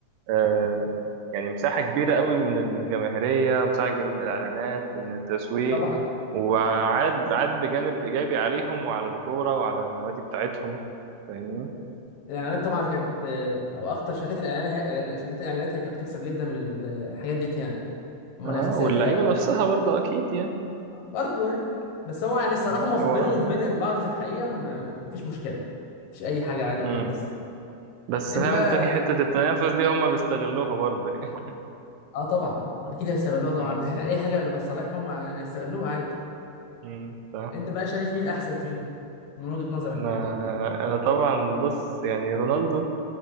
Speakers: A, on the right; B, on the left.
A: آه، يعني مساحة كبيرة قوي من الجماهيرية مساحة كبيرة من الإعلانات ومن التسويق
B: طبعا
A: وعاد عاد بجانب إيجابي عليهم وعلى الكورة وعلى النوادي بتاعتهم فاهمني؟
B: الاعلانات طبعا كانت آه، او اخطر شركات الاعلان هي شركات الاعلانات هي كانت بتكسب جدا من الحاجات ديت يعني المنافسات
A: آه واللعيبة
B: بقى و...
A: نفسها برضه أكيد يعني
B: برضه يعني آه. بس هو يعني الصراحه
A: آه،
B: ما في
A: هو
B: بينهم في بين بعض في الحقيقه ما, ما ما فيش مشكله مفيش اي حاجه عادي خالص
A: مم. بس فاهم
B: انت بقى
A: أنت في حتة التنافس دي هما بيستغلوها برضه يعني
B: اه طبعا اكيد هيستغلوها طبعا
A: مم.
B: <laughs> يعني اي حاجه اللي بتصالحهم هيستغلوها عادي
A: مم. صح
B: انت بقى شايف مين احسن فيهم من وجهه نظرك
A: أنا
B: يعني
A: أنا طبعا بص يعني رونالدو